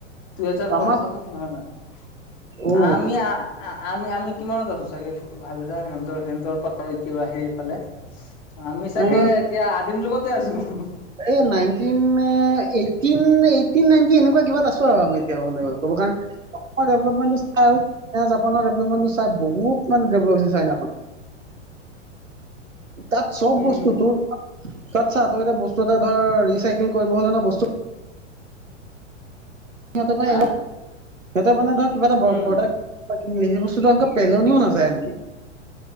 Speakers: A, on the left; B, on the right.
A: দুহেজাৰ পঞ্চাশত
B: আমাৰ
A: যোৰা নাই
B: অ
A: আমি আমি আমি কিমানত আছো চাগে ভাবিছা সিহঁতৰ সিহঁতৰ পট্টালি কিবা হেৰি সিফালে আমি চাগে
B: এ
A: এতিয়া আদিম যুগতে আছো
B: এই নাইটিন নে এইথিন এইটি নাইনটি এনেকুৱা কিবাত আছো আৰু আমি হ'লে ক'ব কাৰণে অকল ডেবলপমেন্টৰ <unintelligible> তাত বহুত মানে ডেবলপ হৈছে চাইনাখন তাত চব
A: উম
B: বস্তুটো তোৰ তাত চা তই এটা বস্তু এটা ধৰ ৰিচাইকেল কৰিব হলে ন বস্তু <unintelligible> সিহঁতে মানে
A: হা
B: সিহতে মানে ধৰ কিবা এটা
A: উম
B: প্ৰডাক্ট ক সেই বস্ত <unintelligible> পেলনিও নাযায় আনকি